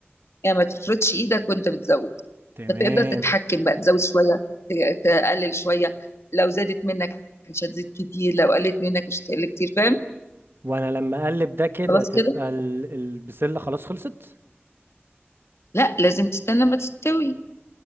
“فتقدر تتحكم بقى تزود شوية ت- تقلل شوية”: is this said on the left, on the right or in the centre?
Left